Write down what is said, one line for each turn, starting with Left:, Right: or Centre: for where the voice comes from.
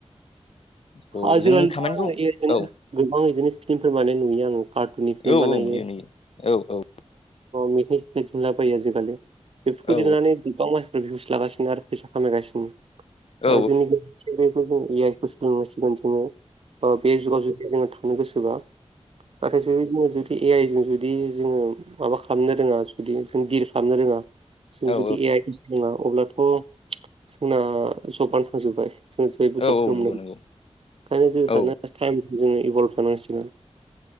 Left: थ'
Right: आजिखालिथ'
Left: जोंनि खामानिखौ
Right: आङो दिनो
Left: औ
Right: गोबां बिदिनो फिल्मफोर बानायनाय नुयो आङो कार गुुनि फिलम
Left: औ
Right: बानायो।
Left: औ नुयो नुयो औ औ
Right: मेथाइाइुनला बायो आजिखालि बेफोरखौ
Left: औ
Right: दिहुननानै रभिउस लागासिनो आरो फैसा खामायगासिनो
Left: औ
Right: जोंनि ग जों ए आइ खौ सोलोंगासिनो। जोङो बे जुगाव जुदि जोङो थानो गोसोबा नाथाय जोो जुदि बे ए आइ जों जुदि जोङो माबा खालामनो रोङा जुदि जों दिडल खालामनो रोङा जों
Left: औ
Right: जुदि ए आइ नङा अब्लाथ' जोंना जबान थांजोबबाय जों जयबो
Left: औ
Right: जबनो
Left: औ नंगौ
Right: मोनो ओंखायनो
Left: नंगौ
Right: जों
Left: औ
Right: सानो‌ टाइम जोङो इभल्भ जानांसिगोन।